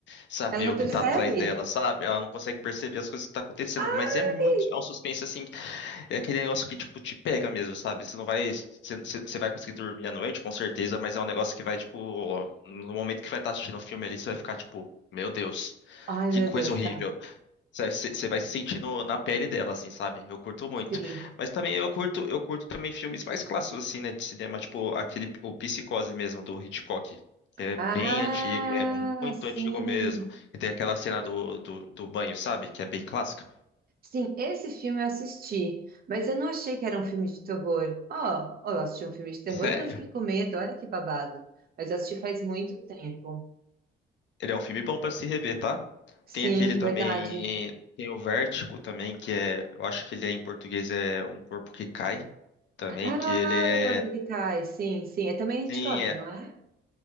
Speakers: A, on the left; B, on the right.
A: saber
B: Ela não
A: o
B: percebe?
A: que tá atrás dela, sabe? Ela não consegue perceber as coisas que tá acontecendo.
B: Ai!
A: Mas é muito, é um suspense assim. É aquele negócio que, tipo, te pega mesmo, sabe? Você não vai. Você você vai conseguir dormir à noite, com certeza, mas é um negócio que vai, tipo. No momento que vai estar assistindo o filme ali, você vai ficar, tipo, meu Deus,
B: Ai,
A: que
B: meu
A: coisa
B: Deus,
A: horrível.
B: tá.
A: Você você- você vai se sentindo na pele dela, assim, sabe? Eu curto muito.
B: Sim.
A: Mas também eu curto, eu curto também filmes mais clássicos, assim, né, de cinema, tipo aquele, o Psicose mesmo, do Hitchcock. que É
B: Ah,
A: bem antigo, é muito
B: sim.
A: antigo mesmo. E tem aquela cena do, do, do banho, sabe? Que é bem clássica.
B: Sim, esse filme eu assisti, mas eu não achei que era um filme de terror. Ó, ó, eu assisti um filme de terror
A: Sério?
B: e não fiquei com medo, olha que babado. Mas eu assisti faz muito tempo.
A: Ele é um filme bom pra se rever, tá?
B: Sim,
A: Tem aquele também,
B: verdade.
A: tem o Vértigo também, que é, eu acho que ele é em português é Um Corpo que Cai, também,
B: Ah,
A: que ele é,
B: o Corvo que Cai, sim, sim. É também
A: sim,
B: Hitchcock,
A: é,
B: não é?